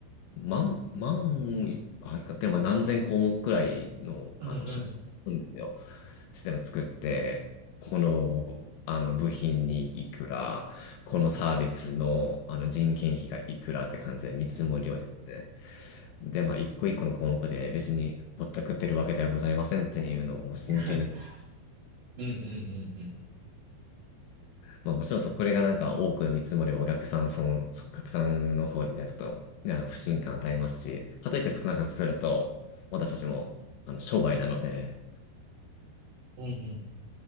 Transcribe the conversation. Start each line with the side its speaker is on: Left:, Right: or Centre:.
Left: 万、万、あ、いかけ、まあ、何千項目くらいの、
Right: うんうん
Left: あの、ショんですよ。システム作って、この、あの部品にいくら、このサービスの、あの人件費がいくらって感じで見積もりをですね。
Right: うん。うん
Left: で、まあ、一個一個の項目で別にぼったくってるわけではございませんっていうのをもう真剣に
Right: <laughs> うんうんうん。
Left: まあもちろんそこがなんか多く見積もりばお客さん、その、そお客さんの方にね、ちょっと、ね、あの、不信感与えますし、かといって少なくすると、私たちも、あの、商売なので、
Right: うんうんうんうんうんうんうんうん